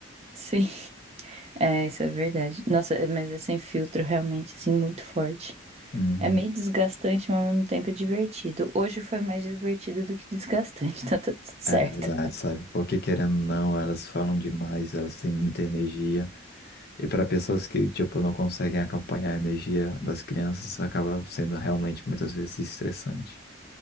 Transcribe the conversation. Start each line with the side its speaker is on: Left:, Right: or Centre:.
Right: Sim, é, isso é verdade. Nossa, é, mas é sem filtro realmente, assim, muito forte.
Left: Uhum.
Right: É meio desgastante, mas ao mesmo tempo é divertido. Hoje foi mais divertido do que desgastante, <laughs> tá tudo certo.
Left: É verdade, sabe? Porque querendo ou não, elas falam demais, elas têm muita energia. E para pessoas que, tipo, não conseguem acompanhar a energia das crianças, acaba sendo realmente muitas vezes estressante,